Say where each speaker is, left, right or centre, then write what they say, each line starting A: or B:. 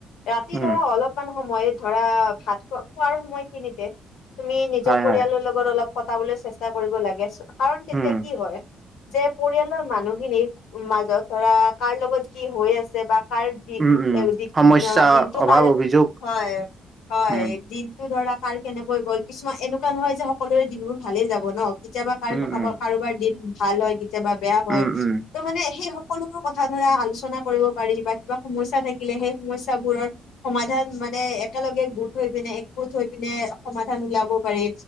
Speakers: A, on the left; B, on the right.
A: ৰাতি
B: উম
A: ধৰা অলপমান সময় ধৰা ভাত খোৱা খোৱাৰ সময়খিনিতে তুমি নিজৰ
B: হয়
A: পৰিয়ালৰ
B: হয়
A: লগত অলপ কটাবলৈ চেষ্টা কৰিব লাগে কাৰণ তেতিয়া
B: উম
A: কি হয় যে পৰিয়ালৰ মানুহখিনিক মাজত ধৰা কাৰ লগত কি হৈ আছে বা কাৰ দি
B: উম
A: <unintelligible>
B: উম সমস্যা
A: দিনটো
B: অভাৱ
A: কাৰ
B: অভিযোগ
A: হয় হয়
B: উম
A: দিন টো ধৰা কাৰ কেনেকৈ গ'ল কিছুমান এনেকুৱা নহয় যে সকলোৰে দিনবোৰ ভালেই যাব ন কেতিয়াবা কাৰবা
B: উম উম
A: কাৰোবাৰ দিন ভাল হয় কেতিয়াবা বেয়া হয়।
B: উম উম
A: ত' মানে সেই সকলোবোৰ কথা ধৰা আলোচনা কৰিব পাৰি বা কিবা সমস্যা থাকিলে সেই সমস্যাবোৰৰ সমাধান মানে একেলগে গোট হৈ পিনে একগোট হৈ পিনে সমাধান ওলাব পাৰি।